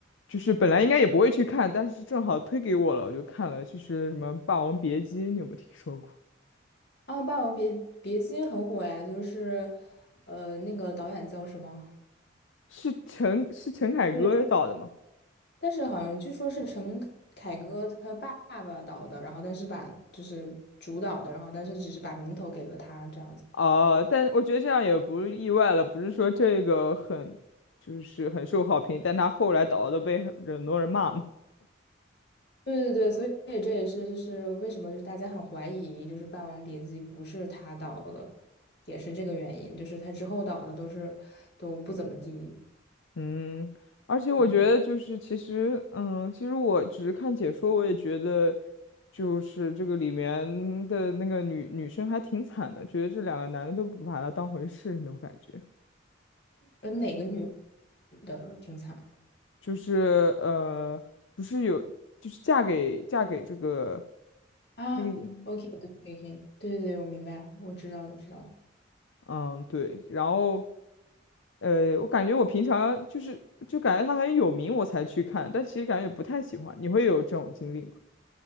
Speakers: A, on the left; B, on the left.
A: 就是本来应该也不会去看，但是正好推给我了，我就看了，就是什么《霸王别姬》，你有没有听说过？
B: 啊，《霸王别别姬》很火呀，就是，呃，那个导演叫什么？
A: 是陈是陈凯歌导的吗？
B: 对，但是好像据说是陈凯歌他爸爸导的，然后但是把就是主导的，然后但是只是把名头给了他这样子。
A: 哦，但我觉得这样也不意外了，不是说这个很就是很受好评，但他后来导都被很很多人骂嘛。
B: 对对对，所以这也是就是为什么就是大家很怀疑就是《霸王别姬》不是他导的，也是这个原因，就是他之后导的都是都不怎么地，
A: 嗯，而且我觉得就是其实，
B: 嗯，
A: 嗯，其实我只是看解说，我也觉得就是这个里面的那个女女生还挺惨的，觉得这两个男的都不把她当回事那种感觉，
B: 呃哪个女主挺惨
A: 就是呃，不是有就是嫁给嫁给这个
B: 啊？OK，
A: 那个演，
B: 对，可以可以对对对，我明白，我知道了知道了。
A: 嗯，对，然后。呃，我感觉我平常就是就感觉他很有名，我才去看，但其实感觉不太喜欢。你会有这种经历吗？